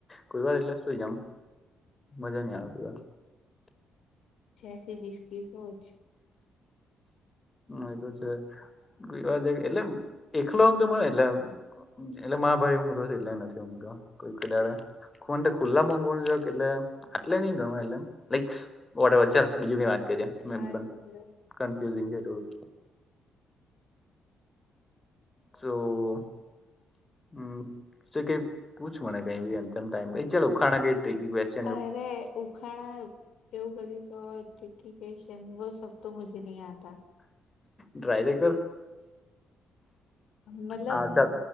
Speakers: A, on the left; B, on the left.
A: કોઈ વાર એટલે સુઈ જામ મજા નઈ આવે કોઈ વાર.
B: જેસી જીસકી સોચ.
A: એતો છે. ગવા એટલે એકલો આમ તો મળે એટલે એટલે મા ભાઈ એટલે નથી મ કોઈ ખડાડ ખુલ્લા મોગવાનું જો કે એટલે આટલે નહ ગમે એટલે લક વ ચાલ બીજું બી માત કરીે. મે
B: હા
A: બ
B: જરૂર
A: કફ્યુઝિંગ હ થોડું. સો. હમ કઈ પૂછું મને કઈ ભ એમમ ટાઈમ ચાલખાણા કઈ બેસી
B: અવે ઉખાણા એવું બ તો કે છેન સબ તો મુજે નહી આત હતા?
A: ડ્રાય દે કર?
B: મતલબ
A: હા ચાલ